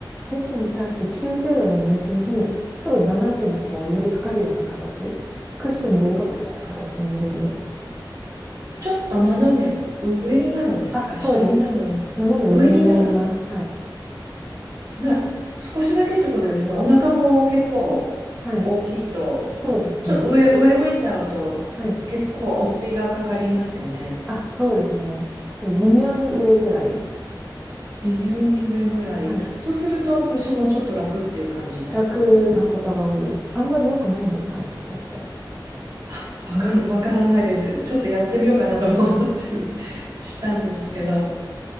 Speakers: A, in the centre; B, on the right.
A: うベッドに対して90度で寝ずに、ちょっと斜めにこう寄りかかるような形、クッションに寄りかかるような形で寝れる。
B: ちょっと斜め上になるんですか下になるんです上になるん、
A: あ、そうです。斜め上になります。はい。
B: まあ、す少しだけってことですね。お腹も結構大きいと、
A: はい。そうですね。
B: ちょっと上、上向いちゃうと結構重みがかかりますよね。
A: はい。あ、そうですね。微妙に上ぐらい。
B: 微妙に上ぐらい。
A: はい。
B: そうすると腰もちょっと楽っていう感じですか
A: 楽なことが多いです。あんまり良くないんですかね、それって。
B: あわかん、
A: まあ、よ、
B: わからないです。ちょっとやってみようかなと思ったり <laughs> したんですけど、